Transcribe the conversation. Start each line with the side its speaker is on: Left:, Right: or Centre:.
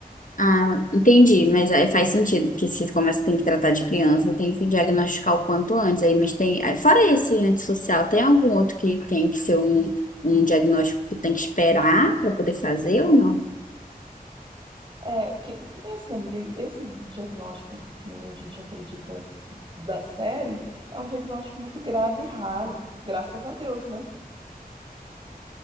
Left: Ah, entendi, mas aí faz sentido que se começa tem que tratar de criança, tem que diagnosticar o quanto antes aí, mas tem, aí, fora esse antissocial, tem algum outro que tem que ser um, um diagnóstico que tem que esperar para poder fazer ou não?
Right: É, que, que nem assim, amiga, esse diagnóstico que nem a gente acredita da série é um diagnóstico muito grave e raro, graças a Deus, né?